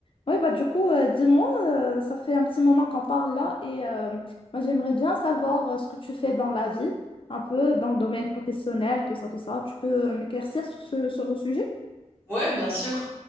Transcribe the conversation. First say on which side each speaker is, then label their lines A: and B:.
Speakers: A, on the left; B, on the left.
A: Oui, bah du coup, euh, dis-moi, euh, ça fait un petit moment qu'on parle là et euh, moi j'aimerais bien savoir euh, ce que tu fais dans la vie, un peu dans le domaine professionnel, tout ça, tout ça. Tu peux euh, m'éclaircir sur, ce- sur le sujet?
B: Ouais, bien sûr.